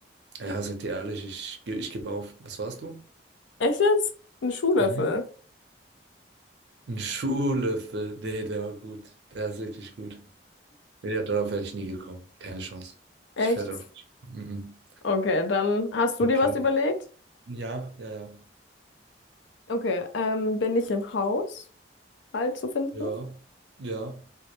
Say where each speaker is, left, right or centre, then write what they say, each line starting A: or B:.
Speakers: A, on the right (about 65°); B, on the left (about 75°).
A: ja, sag dir ehrlich, ich, ge- ich gebe auf. Was warst du?
B: <laughs> Echt jetzt? Ein Schuhlöffel.
A: Mhm. Ein Schuhlöffel. Nee, der war gut. Der ist wirklich gut. Nee, darauf wäre ich nie gekommen. Keine Chance.
B: Echt?
A: Ich wäre darauf nicht gekommen. Mhm.
B: Okay, dann hast du
A: Okay.
B: dir was überlegt?
A: Ja, ja, ja.
B: Okay, ähm, bin ich im Haus halt zu finden?
A: Ja, ja.